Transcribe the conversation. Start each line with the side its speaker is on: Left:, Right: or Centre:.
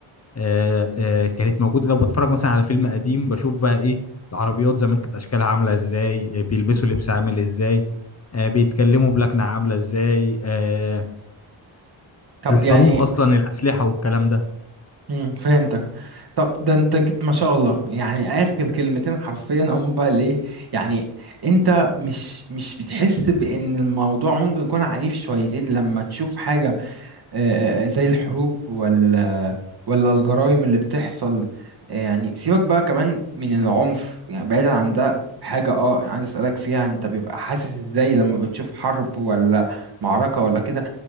Left: آه، آه، كانت موجودة لو بتفرج مثلا على فيلم قديم بشوف بقى ايه العربيات زمان كانت اشكالها عاملة ازاي آه، بيلبسوا لبس عامل ازاي آه، بيتكلموا بلكنة عاملة ازاي آه،
Right: طب
Left: الحروب
Right: يعني
Left: اصلا الاسلحة والكلام ده
Right: امم فهمتك طب ده انت جيت ما شاء الله يعني اخر كلمتين حرفيا هم بقى الايه يعني انت مش مش بتحس بان الموضوع ممكن يكون عنيف شويتين لما تشوف حاجة آه، آه، آه، زي الحروب ولا ولا الجرائم اللي بتحصل آه، يعني سيبك بقى كمان من العنف يعني بعيدا عن ده حاجة اه عايز اسألك فيها انت بيبقى حاسس ازاي لما بتشوف حرب ولا معركة ولا كده